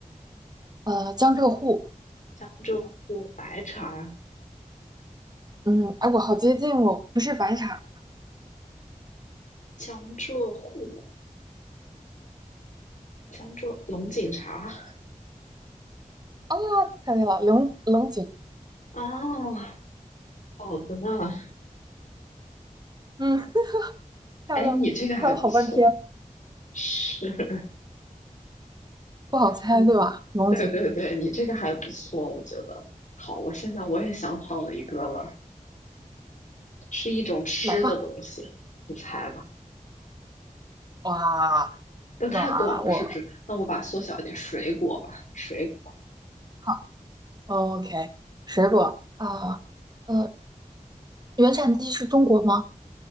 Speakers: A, on the right; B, on the left.
A: 呃，江浙沪，
B: 江浙沪白茶，
A: 嗯，哎，我好接近哦，不是白茶
B: 江浙沪，江浙龙井茶，
A: 啊，猜对了，龙龙井，
B: 啊，好的呢，
A: 嗯，猜了猜了好半天，
B: 哎，你这个还不错，是，
A: 不好猜对吧？
B: <laughs> 嗯，
A: 龙井，
B: 对对对，你这个还不错，我觉得，好，我现在我也想好了一个了，是一种吃的东西，
A: 来吧，
B: 你猜吧。
A: 哇，
B: 那太广了，
A: 那我
B: 是不是？那我把它缩小一点，水果吧，水果，
A: 好，OK，水果啊，呃，原产地是中国吗